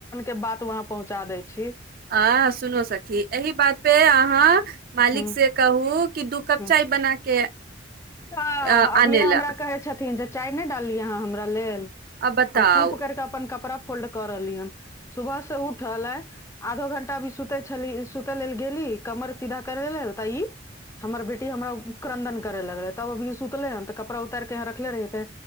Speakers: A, on the left; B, on the right.
A: बात वहाँ पहुँचा दै छी
B: आ सुनू सखी एहि बात पे अहाँ मालिक
A: हूँ
B: से कहू कि दू कप
A: हूँ
B: चाय बना के
A: आ
B: आनई
A: अभिये हमरा
B: लए
A: कहै छथिन जे चाय नहि डाललियै हँ हमरा लेल
B: आ बताउ
A: हम चुप करिकऽ अपन कपड़ा फोल्ड कऽ रहलियै हन सुबह से उठल अइ आधो घंटा अभी सुते छली सुते लेल गेली कमर सीधा करै ल ता ई हमर बेटी हमरा क्रन्दन करे लगले तब अभी सुतले ह तऽ कपड़ा उतैरक के यहाँ रखले रहि हे